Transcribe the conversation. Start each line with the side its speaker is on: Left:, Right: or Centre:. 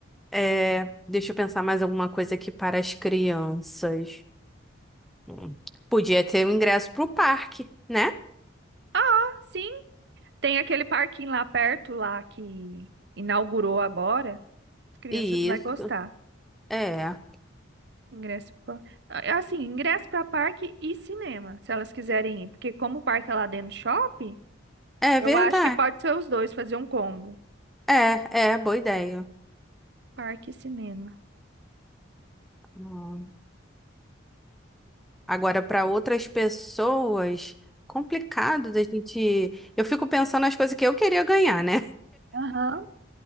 Centre: É, deixa eu pensar mais alguma coisa aqui para as crianças. Hum. Podia ter o ingresso pro parque, né?
Right: Ah, sim. Tem aquele parquinho lá perto, lá que inaugurou agora. As crianças
Centre: Isso.
Right: vão gostar.
Centre: É.
Right: Ingresso pra... ah, Assim, ingresso para parque e cinema, se elas quiserem ir. Porque como o parque é lá dentro do shopping,
Centre: É
Right: eu
Centre: verdade.
Right: acho que pode ser os dois, fazer um combo.
Centre: É, é, boa ideia.
Right: Parque e cinema.
Centre: Hum. Agora, para outras pessoas, complicado da gente. Eu fico pensando nas coisas que eu queria ganhar, né?
Right: Aham.